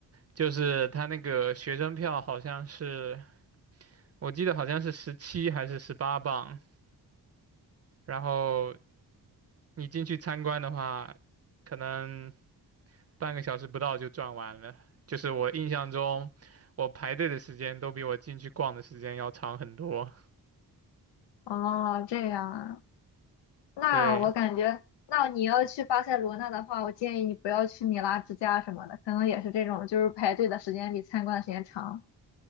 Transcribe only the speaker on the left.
哦，这样啊。那我感觉，
那你要去巴塞罗那的话，我建议你不要去米拉之家什么的，可能也是这种，就是排队的时间比参观的时间长。